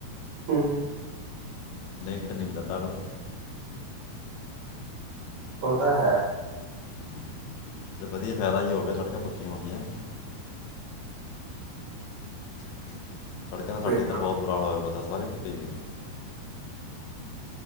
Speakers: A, on the right; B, on the left.
A: ਹਮ
B: ਨਹੀਂ ਡਟ ਨੀ ਵੀ ਦਿੰਦਾ ਕ ਫਰ
A: ਓ ਤਾਂ ਹੈ
B: ਹਮ ਤੇ ਵਧੀਆ ਫਾਇਦਾ ਜ ਹੋ ਗਿਆ ਸੜਕਾਂ ਪੱਕੀਆਂ ਹੋ ਗਈਆਂ <inaudible> ਸੜਕਾਂ ਦਾ ਸਾਡੇ
A: ਸਹੀ
B: ਇੱਧਰ
A: ਗੱਲ
B: ਬਹੁਤ ਬਰਾ ਹਾਲ ਹੋਇਆ ਪਤਾ ਸੀ ਸਾਰੀ ਟੁੱਟੀ ਏਈ ਏ